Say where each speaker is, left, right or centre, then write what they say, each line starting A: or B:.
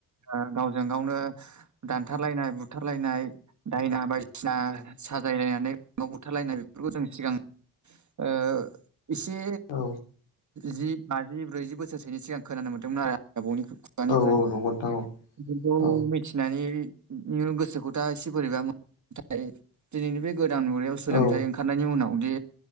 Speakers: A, on the right (about 40°); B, on the left (about 75°).
A: ओ गावजों गावनो दानथारलायनाय बुथारलायनाय दायना बायदिसिना साजायलायनानै बुथारलायनाय बेफोरखौ जों सिगां ओ एसे
B: औ
A: जि बाजि ब्रैजि बोसोरसोनि सिगां खोनानो मोन्दोंमोन आरो आं आबौनिफ्राय
B: औ औ नंगौ नोंथां
A: बिनिफ्राय
B: औ
A: मिथिनानै गोसोखौ दा एसे बोरैबा नाथाय दिनैनि बे गोदान मुगायाव सोलोंथाइ
B: औ
A: ओंखारनायनि उनावदि